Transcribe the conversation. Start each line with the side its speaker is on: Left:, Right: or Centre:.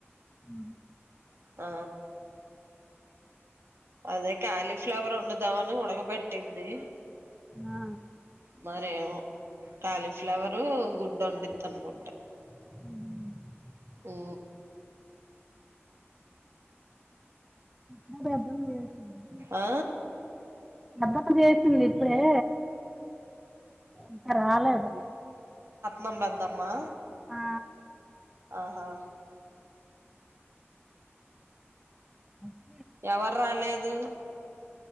Centre: ఉ
Right: ఆ అదే కాలీఫ్లవర్ వండుదాము అని ఉడకబెట్టింది
Centre: ఆ
Right: మరేమో కాలీఫ్లవరు గుడ్డు వండిమ్ తనుకుంట
Centre: అ
Right: ఓ
Centre: మా పెద్దమ్మ చేసింది
Right: ఆ
Centre: ఎలా పెద్దక్క చేసింది ఇప్పుడే ఇంకా రాలేదు
Right: మబద్దమ్మా
Centre: ఆ
Right: ఆహా
Centre: అ
Right: ఎవరు రాలేదు